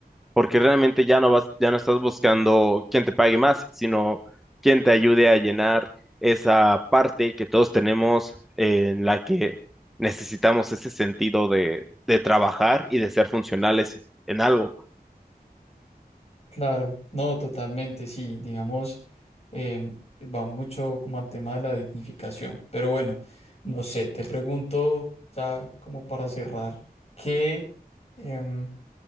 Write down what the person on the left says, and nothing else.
Claro, no, totalmente, sí, digamos, em, va mucho como al tema de la dignificación, pero bueno, no sé, te pregunto ya como para cerrar, ¿qué em,